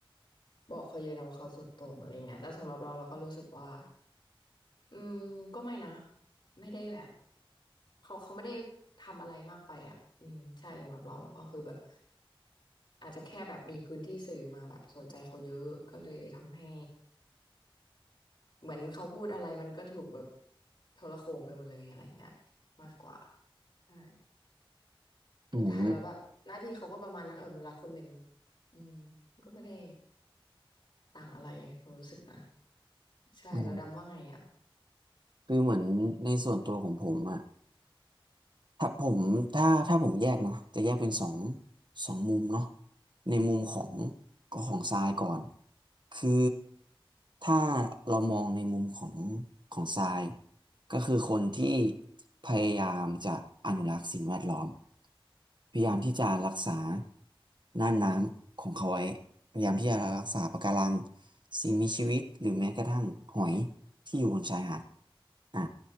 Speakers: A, on the left; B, on the right.
A: บอกเขาเยอะนะว่าเขาสุดโต่งอะไรเงี้ยแต่สำหรับเราเราก็รู้สึกว่าอืมก็ไม่นะไม่ได้แบบเขาเขาไม่ได้ทำอะไรมากไปอ่ะอืมใช่สำหรับเราก็คือแบบอาจจะแค่แบบมีพื้นที่สื่อมาแบบสนใจเขาเยอะก็เลยทำให้เหมือนเขาพูดอะไรมันก็ถูกแบบโทรโข่งไปหมดเลยอะไรเงี้ยมากกว่าใช่
B: อืม
A: สุดท้ายแล้วแบบหน้าที่เขาก็ประมาณนักอนุรักษ์คนหนึ่งอืมก็ไม่ได้ต่างอะไรความรู้สึกนะใช่แล้วดำว่าไงอ่ะ
B: อืมคือเหมือนในส่วนตัวของผมอะ ถ้าผมถ้าถ้าผมแยกนะจะแยกเป็นสองสองมุมเนาะในมุมของก็ของทรายก่อนคือถ้าเรามองในมุมของของทรายก็คือคนที่พยายามจะอนุรักษ์สิ่งแวดล้อมพยายามที่จะรักษาน่านน้ำของเขาไว้ พยายามที่จะรักษาปะการังสิ่งมีชีวิตหรือแม้กระทั่งหอยที่อยู่บนชายหาดอ่ะ